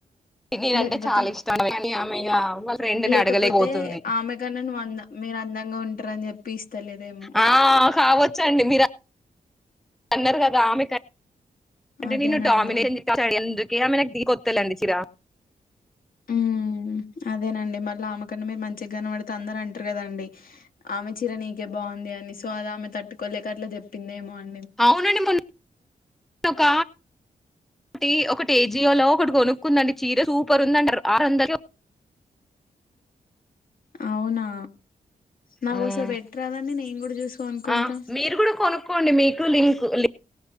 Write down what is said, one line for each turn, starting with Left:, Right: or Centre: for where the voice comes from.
Centre: నేనంటే
Left: లేకపోతే
Centre: చాలా ఇష్టం కానీ ఆమె ఇగ వాళ్ళ ఫ్రెండ్ ని
Left: లేకపోతే
Centre: అడగలేకపోతుంది
Left: ఆమె కన్నా నువ్వు అంద మీరు అం అందంగా ఉంటారని చెప్పి ఇస్తలేదేమో
Centre: ఆ కావచ్చండి మీరు అన్నారు కదా ఆమె కయ్ అంటే
Left: అదేనండి
Centre: నేను డామినేషన్ ఎందుకే ఆమె నాకు ది కొత్తండి చిరా
Left: ఉమ్ అదేనండి మళ్ళీ ఆమె కన్నా మీరు మంచిగాన పడితే అందరు అంటారు కదండి ఆమె చీర నీకే బా బాగుంది అని సో అది ఆమె తట్టుకోలేక అట్లా చెప్పిందేమో అని
Centre: అవునండి మొన్న ఒక ఒకటి ఒకటి ఏజియోలో ఒకటి కొనుక్కుందండి చీర సూపర్ ఉందండి అరుండిలే
Left: అవునా నాకోసారి
Centre: ఉమ్
Left: పెట్టరాదండి నేను కూడా చూసి కొనుక్కుంటా
Centre: ఆ మీరు కూడా కొనుక్కోండి మీకు లింక్ లీ